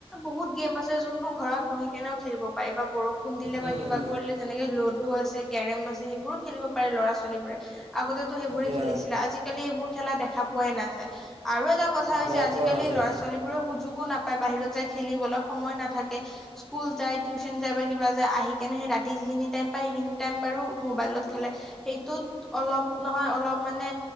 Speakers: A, in the centre; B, on the right.
A: বহুত গেম আছে যোনবোৰ ঘৰত বহি কেনেও খেলিব পাৰে বা বৰষুণ দিলে বা
B: উম,
A: কিবা কৰিলে যেনেকে লুডু আছে। কেৰম আছে সেইবোৰো খেলিব পাৰে ল'ৰা ছোৱালী বোৰে, আগতেতো সেইবোৰে
B: ইয়া
A: খেলিছিলে আজি- কালি এইবোৰ খেলা দেখা পোৱাই নাযায়, আৰু এটা কথা হৈছে
B: নাই
A: আজিকালি
B: পোৱা নাযায়
A: ল'ৰা ছোৱালী বোৰে সুযোগো নাপ- পায় বাহিৰত যাই খেলিবলৈ সময় নাথাকে। স্কুল যায় টিউচন যায় বা কিবা যায় আহি কেনে সেই ৰাতি যিখিনি টাইম পায় সেইখিনি- টাইম বাৰু মোবাইলত খেলে সেইটোত- অলপ নহয় অলপ মানে